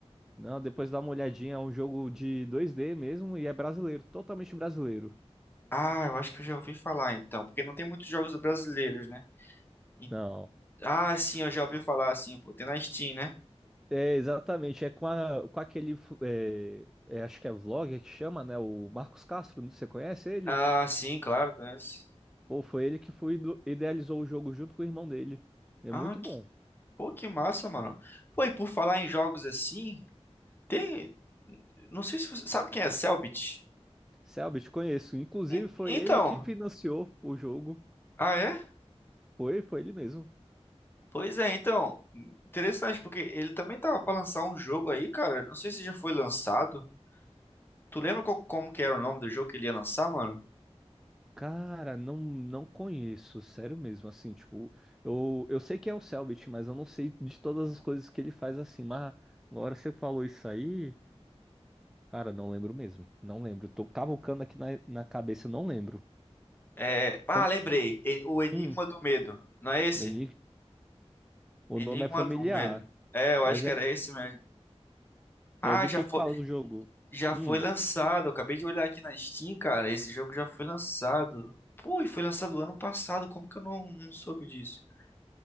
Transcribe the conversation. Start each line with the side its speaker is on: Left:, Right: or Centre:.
Centre: Não, depois dá uma olhadinha, é um jogo de dois d mesmo e é brasileiro, totalmente brasileiro.
Left: Ah, eu acho que eu já ouvi falar então, porque não tem muitos jogos brasileiros, né? E-
Centre: Não.
Left: Ah, sim, eu já ouvi falar assim, pô, tem na Steam, né?
Centre: É, exatamente. É com, a- com aquele. fu- É, é, acho que é vlogger que chama, né? O Marcos Castro. não- Você conhece ele?
Left: Ah, sim, claro, conheço.
Centre: Ou foi ele que foi, ido- idealizou o jogo junto com o irmão dele. É
Left: Ah,
Centre: muito
Left: que,
Centre: bom.
Left: pô, que massa, mano. Pô, e por falar em jogos assim, tem. Não sei se você sabe quem é Cellbit.
Centre: Selbit, conheço. Inclusive,
Left: E-
Centre: foi
Left: então,
Centre: ele que financiou o jogo.
Left: ah, é?
Centre: Foi, foi ele mesmo.
Left: Pois é, então. Interessante, porque ele também tava pra lançar um jogo aí, cara. Não sei se já foi lançado. Tu lembra qual- como que era o nome do jogo que ele ia lançar, mano?
Centre: Cara, não, não conheço. Sério mesmo. Assim, tipo, eu, eu sei que é o Selbit, mas eu não sei de todas as coisas que ele faz assim. Mas agora você falou isso aí. Cara, não lembro mesmo. Não lembro. Tô cavucando aqui na, na cabeça, não lembro.
Left: É, ah,
Centre: Como?
Left: lembrei. E- O Enigma
Centre: Hum,
Left: do Medo. Não é esse?
Centre: Eni- o
Left: Enigma
Centre: nome é familiar,
Left: do Medo. É, eu acho
Centre: mas
Left: que
Centre: é,
Left: era esse mesmo. Ah,
Centre: é do
Left: já
Centre: que
Left: foi.
Centre: que fala o jogo?
Left: Já
Centre: Hum,
Left: foi lançado, eu acabei de olhar aqui na Steam, cara. Esse jogo já foi lançado. Pô, e foi lançado ano passado, como que eu não, não soube disso? <laughs>